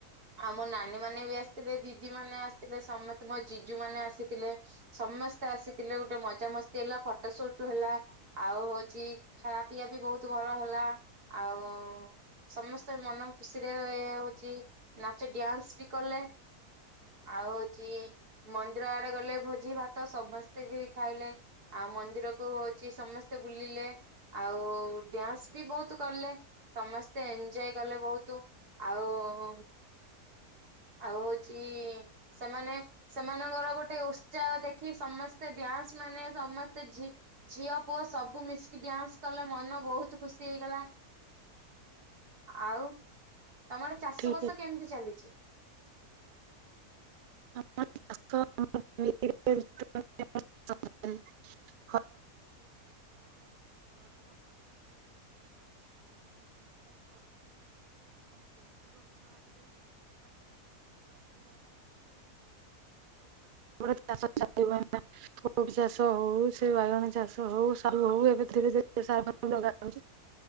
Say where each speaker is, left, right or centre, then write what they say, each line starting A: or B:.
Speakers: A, on the right; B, on the right.
A: ଆଉ ମୋ ନାନୀମାନେ ବି ଆସିଥିଲେ, ଦିଦିମାନେ ଆସିଥିଲେ, ସମସ୍ତେ ମୋ ଜିଜୁମାନେ ଆସିଥିଲେ। ସମସ୍ତେ ଆସିଥିଲେ ଗୋଟେ ମଜା ମସ୍ତି ହେଲା ଫଟୋ ସୁଟ୍ ହେଲା। ଆଉ ହଉଛି ଖା ପିଇବା ବି ବହୁତ ଭଲ ହେଲା, ଆଉ ସମସ୍ତେ ମନ ଖୁସିରେ ହଉଛି ନାଚ ଡ୍ୟାନ୍ସ ବି କଲେ। ଆଉ ହଉଛି ମନ୍ଦିର ଆଡେ ଗଲେ ଭୋଜିଭାତ ସମସ୍ତେ ବି ଖାଇଲେ। ଆଉ ମନ୍ଦିରକୁ ହଉଛି ସମସ୍ତେ ବୁଲିଲେ। ଆଉ-ଉ-ଉ ଡ୍ୟାନ୍ସ ବି ବହୁତ କଲେ, ସମସ୍ତେ ଏଞୟ କଲେ ବହୁତ୍। ଆଉ-ଉ-ଉ ଆଉ ହଉଛି ସେମାନେ ସେମାନଙ୍କର ଗୋଟେ ଉତ୍ସାହ ଦେଖି ସମସ୍ତେ ଡ୍ୟାନ୍ସ ମାନେ ସମସ୍ତେ ଝି ଝିଅ ପୁଅ ସବୁ ମିଶିକି ଡ୍ୟାନ୍ସ କଲେ ମନ ବହୁତ ଖୁସି ହେଇଗଲା। ଆଉ ତମର ଚାଷ
B: ଠିକ
A: ବାସ କେମିତି ଚାଲିଛି?
B: <inaudible> <unintelligible> <inaudible> <unintelligible> <inaudible> ଚାଷ ଚାଲିିବ ଏଇନା। କୋବି ଚାଷ ହଉ ସେ ବାଇଗଣ ଚାଷ ହଉ ସାରୁ ହଉ ଏବେ ଧୀରେ ଧୀରେ ସାର ପା ଲଗାଯାଉଛି।